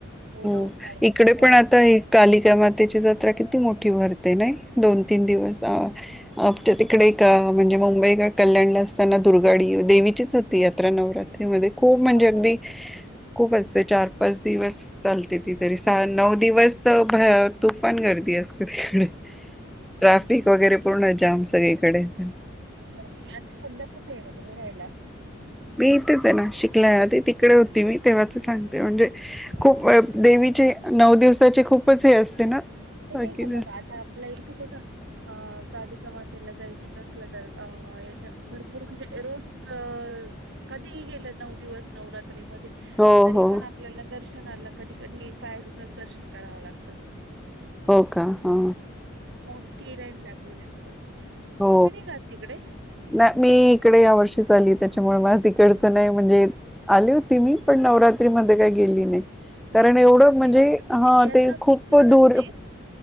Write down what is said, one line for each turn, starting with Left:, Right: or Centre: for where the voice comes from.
Right: बोलवता
Centre: हो
Right: एकमेकांना.
Centre: इकडे पण आता ही कालिका मातेची जत्रा किती मोठी भरते नाही, दोन, तीन दिवस- आपच्या तिकडे एक म्हणजे मुंबईकड- कल्याणला असताना दुर्गाडी देवीचीच होती यात्रा नवरात्रीमध्ये, खूप म्हणजे
Right: हा
Centre: अगदी- खूप असते चार, पाच दिवस. चालते ती तरी सा, नऊ दिवस तर तुफान गर्दी असते तिकडे. ट्रॅफिक वगैरे पूर्ण जाम सगळीकडे पण.
Right: हो, मी ना आता सध्या कूठ आहे तुम्ही राहायला?
Centre: मी इथेच आहे नाशिकला, आधी तिकडे होती मी तेव्हाच सांगते म्हणजे
Right: हां,
Centre: खूप-
Right: हां.
Centre: देवीचे नऊ दिवसाचे खूपच हे असते ना?
Right: नाही,
Centre: बाकी
Right: नाही का <unintelligible> मग आता आपल्याला <unintelligible> बघा. अ कालिका मातेला जायचं असलं तर अ याच्या भरपूर म्हणजे रोज अ कधीही गेलं नऊ दिवस नवरात्री मध्ये?
Centre: हो
Right: तरी
Centre: हो
Right: पण आपल्याला दर्शनाला कधी कधी बाहेरूनच दर्शन करावं लागतं.
Centre: हो का? ह
Right: मोठी लाईन लागलेली असते,
Centre: हो
Right: तुम्ही नाही जात तिकडे?
Centre: नाही मी इकडे या वर्षीच आली त्याच्यामुळे मला तिकडचं नाही म्हणजे आले होते मी. पण नवरात्री मध्ये काही गेली नाही, कारण
Right: नाही नवरात्री
Centre: एवढं म्हणजे
Right: आमची
Centre: ह
Right: यात्रा
Centre: ते खूप
Right: छान
Centre: दूर.
Right: असते.